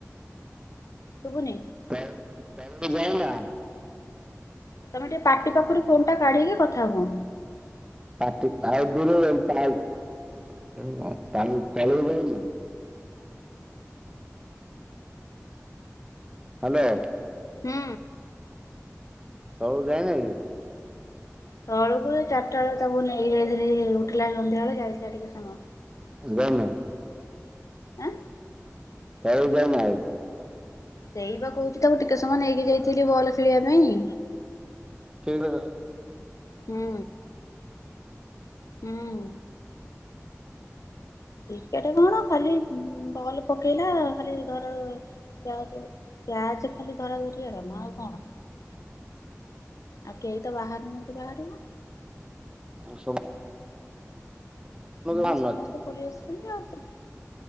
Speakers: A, on the left; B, on the right.
A: ଶୁବୁନି?
B: ତଉ ତାଳ ଯାଇନା?
A: ତମେ ଟିକେ ପାଟି ପାଖରୁ ଫୋନ୍ ଟା କାଢିକି କଥା ହୁଅ।
B: ପାଟି ଆଉ ଦୂରେ ତ <unintelligible> ପାଣିପଳେଇ ଯାଏକି ହାଲୋ।
A: ହୁଁ।
B: ତଳକୁ ଯାଇନା କି?
A: ତଳକୁ ଚାଟା ବେଳେ ତାକୁ ନେଇକି ଯାଇଥିଲି ଉଠିଲା ସନ୍ଧ୍ୟା ବେଳେ ଯାଇଥିଲା ଟିକେ ସମୟ।
B: <unintelligible>
A: ଆଁ
B: ତଳେଇ ଯାଇଏନ ଆଉ।
A: ସେଇ ବା କହୁଛି ତାକୁ ଟିକେ ସମୟ ନେଇକି ଯାଇଥିଲି ବଲ୍ ଖେଳିବା ପାଇଁ।
B: କେ <unintelligible>
A: ହୁଁ ହୁଁ କ୍ରିକେଟ କଣ ଖାଲି ବଲ୍ ପକେଇଲା ଖାଲି ଧର- କ୍ୟାଚରେ କ୍ୟାଚ ଖାଲି ଧରା ଧରି ହେବ ନା ଆଉ କଣ? ଆଉ କେହି ତ ବାହାରୁ ନନ୍ତି ବାହାରୁନୁ
B: ଆ ସମ <unintelligible>
A: ହୁଁ
B: ଭାବୁନାହାନ୍ତି
A: ସମସ୍ତେ ପଳି ଆସିଲେ ଆଉ।